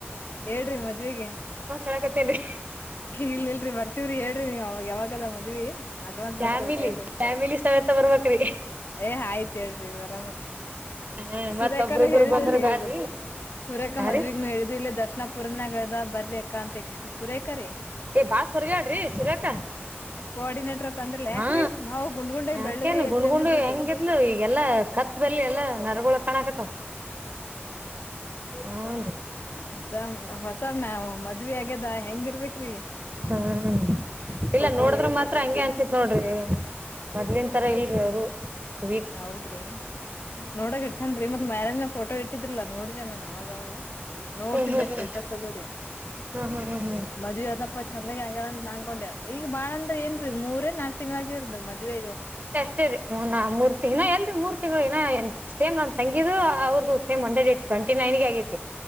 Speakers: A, on the left; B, on the right.
A: ಹೇಳ್ರಿ ಮದ್ವೆಗೆ
B: ಹೇಳಕತ್ತೇನ್ರಿ
A: ಇಲ್ ಇಲ್ರಿ ಬರ್ತವ್ರಿ ಹೇಳ್ರಿ ನೀಗ ಯಾವಾಗ ದ ಮದುವೆ ಅಡ್ವಾನ್ಸ್
B: ಫ್ಯಾಮಿಲಿ
A: ಬರ್ತೀವ ಹೇಳ್ರಿ
B: ಫ್ಯಾಮಿಲಿ ಸಮೇತ ಬರ್ಬೇಕ್ರಿ
A: ಏ ಆಯ್ತ್ ಹೇಳ್ರಿ ಆರಾಮಂತ
B: ಹ
A: ಸುರೇಖಾನ
B: ಮತ್ ಒಬ್ರಿಬ್ಬರು
A: ಹೇಳಿದಡ್ರಿ
B: ಬಂದ್ರ ಬ್ಯಾಡ್ರಿ
A: ಸುರೇಖಾ
B: ಹಾ
A: ಮದ್ಗ್ನು
B: ರೀ
A: ಹೇಳಿದ ಇಲ್ಲೇ ದರ್ಶನ ಪುರ ನಗರದ ಬರ್ರ ಅ ಕಾಂತಿ ಕೃಷ್ಣ ಸುರೇಖ ರ
B: ಏ ಬಾಸ್ ಹೊರ್ಗ್ಯಾಡ್ರಿ ಸುರೇಖಾ
A: ಕೋಆರ್ಡಿನೇಟರ್ ತಂದ್ರಲ
B: ಹಾ
A: ಯಾಕ್ರೀ ಮಾವು ಗುಂಡ್ ಗುಂಡಾಗಿ
B: ಯಾಕೇನು
A: ಬೆಳ್ಳಗೆ ಎಷ್ಟ್
B: ಗುಂಡ್
A: ಚಂದ
B: ಗುಂಡು
A: ಇದ್ದೋಳ್ರಿ
B: ಹೆಂಗಿದ್ಲು ಈಗೆಲ್ಲಾ ಕ ಷ್ಟದಲ್ಲಿ ಎಲ್ಲ ನರಗೊಳ ಕಣಾಕತಾವ ಹನ್
A: ಅದ ಹೊಸ ಮ್ಯ ಮದ್ವಿ ಆಗ್ಯದ ಹೆಂಗ ಇರ್ಬೇಕ್ರಿ
B: ಹ್ಮ ಇಲ್ಲ ನೋಡಿದ್ರ ಮಾತ್ರ ಹಂಗೆ ಅನ್ಸಿತ್ ನೋಡ್ರಿ ಮೊದ್ಲನ್ ತರ ಇಲ್ ಹ
A: ಹೌದ್ರಿ ನೋಡಗ ಚಂದ್ ಮತ್ ಮ್ಯಾರೇಜ್ ಫೋಟೋ ಇಟ್ಟಿದ್ರಲಾ ನೋಡಿದೆೇ ನಾ ಅವಾಗಾಗ ನೋಡ್ತಿದ್ದೆ
B: ಹ್ಮ್ ಹ್ಮ್ ಹ್ಮ್
A: ಸ್ಟೇಟಸ್ ಅದು ರೀ
B: ಹ್ಮ್ ಹ್ಮ್ ಹ್ಮ್ ಹ್ಮ್
A: ಮದ್ವೆದ ಾ ಚಂದಗೆ ಅಂಗಗಳ ಅಂತ ಅನ್ಕೊಂಡೇವ ಈಗ ಬಾಳಂದ್ರೆ ಏನ್ರಿ ಮೂರ ನಾಕ್ ತಿಂಗಗಳಾಗಿ ಇರೋ ಮೆ ್ವೇಗರ್
B: ಸರಿ ಹ ಮೂರ್ ತಿ ಎಲ್ರಿ ಮೂರ್ ತಿಂಗಳು ಸೇಮ್ ನಮ್ ತಂಗಿದು ಅವ್ರದದು ಸೇಮ್ ಒಂದೇ ಡೇಟ್ ಟ್ವೆಂಟಿೈನ್ಗೆ ಆಗೈತಿ